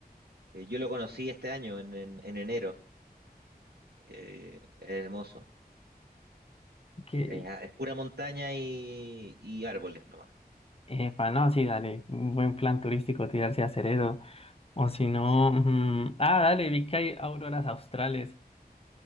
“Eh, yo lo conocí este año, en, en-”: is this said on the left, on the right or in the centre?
Right